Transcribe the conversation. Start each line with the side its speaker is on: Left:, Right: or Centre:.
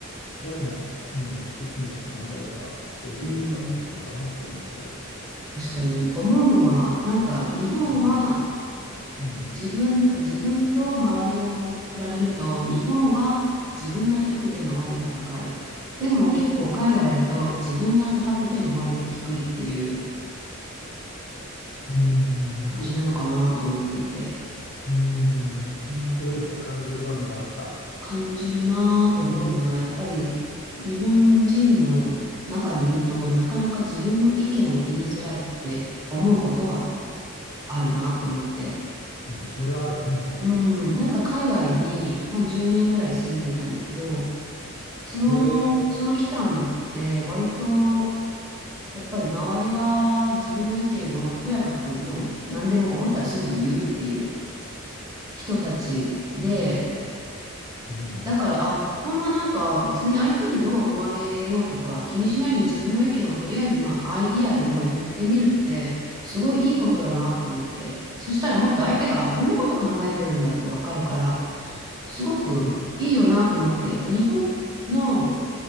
Left: あ、それも、うん、突き詰めて考えれば、そういうところから来るのかなと思ったりして、
Right: うん。確かに思うのは、なんか日本は
Left: うん、うん、
Right: 自分、なんか自分と周りを比べると、日本は自分が低くて周りが高い。でも結構海外だと自分が高くて周りが低いっていう
Left: うん、
Right: 感じなのかなと思っていて、
Left: うんそういうふうに感じる場面があった。
Right: うん、感じるなと思うな。やっぱり日本人の中にいると、なかなか自分の意見を言いづらいって思うことがあるなって思って。
Left: うん、それはあるね。
Right: うん、なんか海外に、まあ、10年ぐらい住んでいたんだけど、その、
Left: へえ、
Right: その期間って割とやっぱり周りは自分の意見をとやかくもう何でも思ったらすぐに言うっていう人たちで、
Left: うん、
Right: だから、あ、こんななんか別に相手にどう思われようとか気にしないで自分の意見をとりあえずまあアイディアでも言ってみるってすごいいいことだなって思って、そしたらもっと相手が、あ、こんなこと考えてるんだってわかるから、すごくいいよなと思って、
Left: うん、
Right: やっぱ日本の